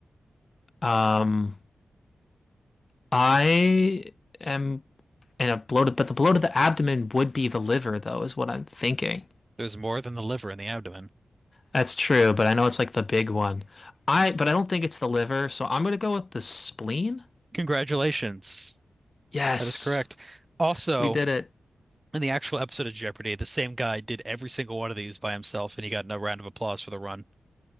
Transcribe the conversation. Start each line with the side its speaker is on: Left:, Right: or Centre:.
Left: Um, I am and a bloated, but the bloat of the abdomen would be the liver though, is what I'm thinking.
Right: There's more than the liver in the abdomen.
Left: That's true, but I know it's like the big one. I but I don't think it's the liver, so I'm gonna go with the spleen.
Right: Congratulations.
Left: Yes,
Right: That is correct. Also,
Left: we did it.
Right: in the actual episode of Jeopardy, the same guy did every single one of these by himself, and he got a round of applause for the run.